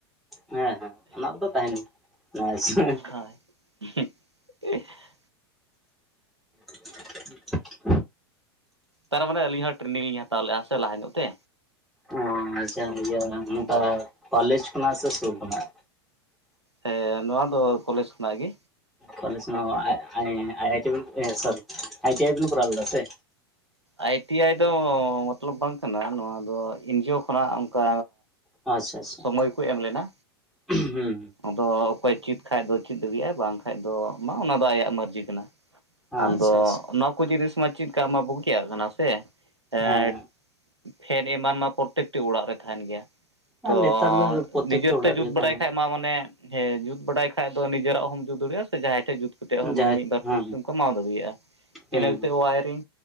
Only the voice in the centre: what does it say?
ᱦᱮᱸ ᱦᱮᱸ ᱚᱱᱟ ᱠᱚᱫᱚ ᱛᱟᱦᱮᱱᱟ ᱟᱪᱷᱟ
<inaudible>
ᱚ ᱟᱪᱪᱷᱟ ᱤᱭᱟᱹ ᱱᱚᱝᱠᱟ
ᱯᱟᱨᱞᱮᱡᱽ ᱠᱷᱚᱱᱟᱜ ᱥᱮ ᱤᱥᱠᱩᱞ ᱠᱷᱚᱱᱟᱜ?
ᱠᱳᱞᱮᱡ ᱠᱷᱳᱱᱟᱜ I I T so I T I ᱵᱤᱱ ᱠᱚᱨᱟᱣ ᱞᱮᱫᱟ ᱥᱮ?
ᱚ ᱟᱪᱪᱷᱟ ᱟᱪᱪᱷᱟ
ᱦᱩᱸ ᱦᱩᱸ
ᱟᱪᱪᱷᱟ ᱟᱪᱪᱷᱟ
ᱦᱮᱸ
ᱟᱨ ᱱᱮᱛᱟᱨ ᱫᱚ ᱯᱨᱚᱛᱛᱮᱠᱴᱟ
ᱚᱲᱟᱜ
ᱨᱮᱜᱮ
ᱛᱟᱦᱮᱱ
ᱠᱟᱱᱟ
ᱡᱟᱦᱟᱸ
ᱦᱮᱸ
ᱦᱮᱸ
ᱦᱩᱸ